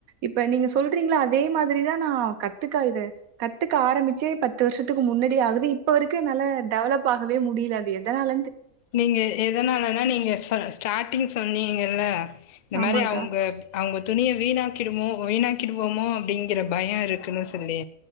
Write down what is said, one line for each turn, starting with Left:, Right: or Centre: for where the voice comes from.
Right: இப்ப நீங்க சொல்றீங்களா அதே மாதிரிதான் நான் கத்துக்கா இத கத்துக்க ஆரம்பிச்சே பத்து வருஷத்துக்கு முன்னாடி ஆகுது இப்ப வரைக்கும் என்னால டெவலப் ஆகவே முடியல அது எதனால
Left: நீங்க எதனாலன்னா நீங்க ஸ்டார்டிங் சொன்னீங்கல்ல இந்த
Right: ஆமாக்கா
Left: மாதிரி அவங்க அவங்க துணியை வீணாக்கிடுமோ வீணாக்கிடுவோமோ அப்படி பயம் இருக்குன்னு சொல்லி